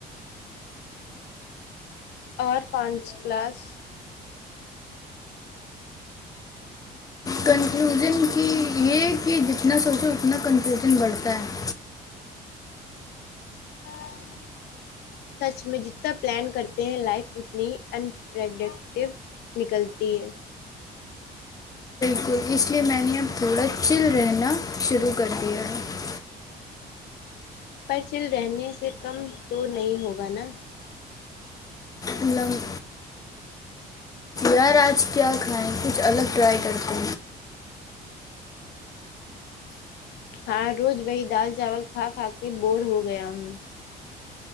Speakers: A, on the left (about 75°); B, on the left (about 20°).
A: اور کونس کلاس
B: کنفلوژن کی یہ کہ جتنا سوچو اتنا کنفلوژن بڑھتا ہے
A: <inaudible> سچ میں جتنا پلان کرتے ہیں لائف اتنی انپرڈکٹیو نکلتی ہے
B: تو اس لیے میں نے اب تھوڑا چل رہنا شروع کر دیا ہے
A: پرچل رہنے سے کم تو نہیں ہوگا نا
B: مطلبگ یار آج کیا کھائیں کچھ الگ ٹرائی کر دو
A: ہاں روز وہی دال چاول کھا کھا کے بور ہو گیا ہوں